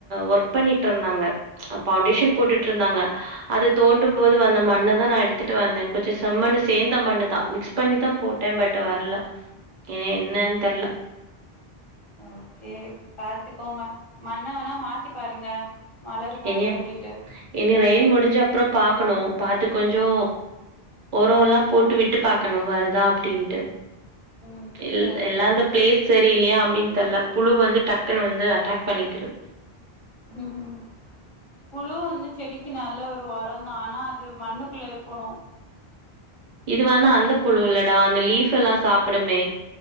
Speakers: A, on the right; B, on the left.
A: ஒர்க் பண்ணிட்டு இருந்தாங்க பவுண்டேஷன் போட்டுட்ருந்தாங்க அது தோண்டும் போது வந்த மண்னா தான் நான் எடுத்துட்டு வந்தேன் கொஞ்சம் செம்மண்ணு சேர்ந்த மண்ணுதா மிக்ஸ் பண்ணிதா போட்டேன் பட் வரல எ என்னன் தெர்ல
B: ஓகே பாத்துக்கோங்க மண்ண வேனா மாத்தி பாருங்க வளருதான்
A: இனிப்
B: சொல்லிட்டு
A: இனி ரெயின் முடிஞ்ச அப்புறம் பாக்கணோ பார்த்து கொஞ்சோ ஒரோலா போட்டு விட்டு பாக்கணோ வருதா அப்டின்ட்டு
B: ம்
A: எல்
B: சேரி
A: எல்லா
B: சேரி
A: அந்த பிளேஸ் சரி இல்லயா அப்பிடின்னு தெர்ல புழு வந்து டக்குன் வந்து அட்டாக் பண்ணிக்ருது
B: ம் புழு வந்து செடிக்கு நல்ல ஒரு ஒரோ தா ஆனா அது மண்ணுக்குள்ள இருக்கணோ
A: இது வந்து அந்த புழு இல்லடா அந்த லீஃபுலா சாப்பிடுமே